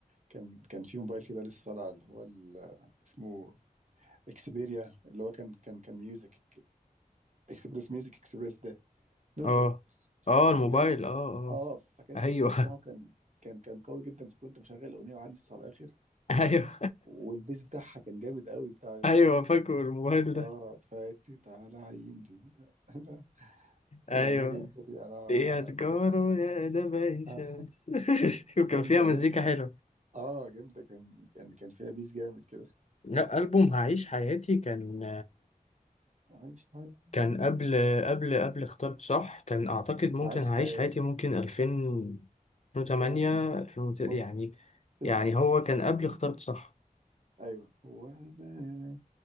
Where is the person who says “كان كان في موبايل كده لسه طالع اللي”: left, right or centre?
Right